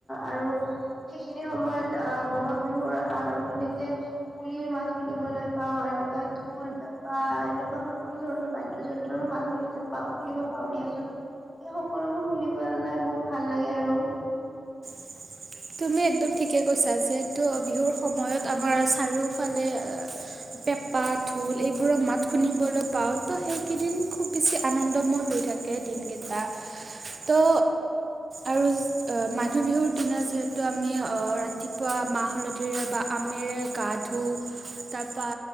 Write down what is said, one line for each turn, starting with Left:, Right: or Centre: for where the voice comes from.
Left: আৰু সেইখিনি সময়ত আহ বহাগ বিহুৰ আৰম্ভণিতে, কুলিৰ মাত শুনিবলৈ পাও এনেককা ঢোল পেঁপা এনেকুৱা সকলো ধৰণৰ বাদ্য যন্ত্ৰৰ ও, মাত শুনিব পাও দিয়াচোন। এই সকলোবোৰ শুনি পেলাই বহুত ভাল লাগে আৰু,
Right: <inaudible> তুমি একদম ঠিকে কৈছা যিহেতু বিহুৰ সময়ত আমাৰ চাৰিওফালে <inaudible> পেঁপা ঢোল এইবোৰৰ মাত শুনিবলৈ পাওঁ ত' সেইকেইদিন খুব বেছি আনন্দময় হৈ থাকে। দিনকেইটা ত' অ আৰু অ মানুহ বিহুৰ দিনা যিহেতু, আমি ৰাতিপুৱা মাহ হালধিৰে বা আমেৰে গা ধোওঁ তাৰপৰা,